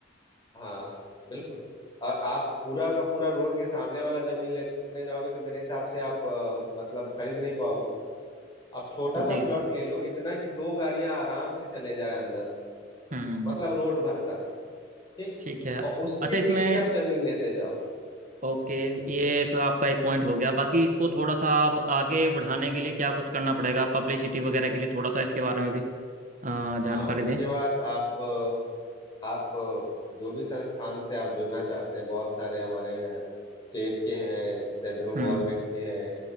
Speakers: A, on the left; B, on the right.
A: हाँ बिल्कुल और आप पूरा का पूरा रोड के सामने वाला जमीन लेने जाओगे तो मेरे हिसाब से आप अ, मतलब खरीद नहीं पाओगे आप छोटा सा
B: जी
A: प्लॉट
B: जी
A: ले लो इतना कि दो गाड़ियां आराम से चले जाए अंदर
B: हम्म
A: मतलब रोड भर का ठीक
B: ठीक है
A: और उसके
B: अच्छा इसमें
A: पीछे आप जमीन लेते जाओ
B: ओके ये एक आपका एक पॉइंट हो गया बाकी इसको थोड़ा सा आप आगे बढ़ाने के लिए क्या कुछ करना पड़ेगा पब्लिसिटी वगैरह के लिए थोड़ा सा इसके बारे में भी अ, जानकारी
A: हाँ उसके
B: दें
A: बाद आप आप अ, जो भी संस्थान से आप जुड़ना चाहते हैं बहुत सारे हमारे हैं स्टेट के हैं सेंट्रल गवर्नमेंट
B: हम्म
A: के हैं